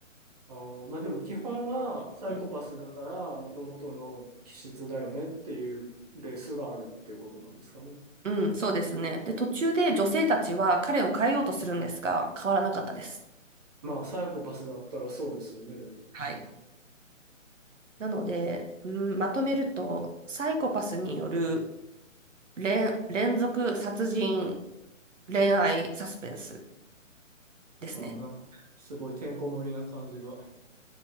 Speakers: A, on the right (about 30°); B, on the right (about 65°).
A: あー、まあでも基本はサイコパスだから、
B: うん、
A: もともとの気質だよねっていうベースがあるっていうことなんですかね。
B: うんそうですね。で、途中で女性たちは彼を変えようとするんですが、変わらなかったです。
A: まあサイコパスだったらそうですよね、でも。
B: はい。なので、うん、まとめると、サイコパスによる連、連続殺人恋愛サスペンスですね。
A: あー、なんかすごいてんこ盛りな感じが。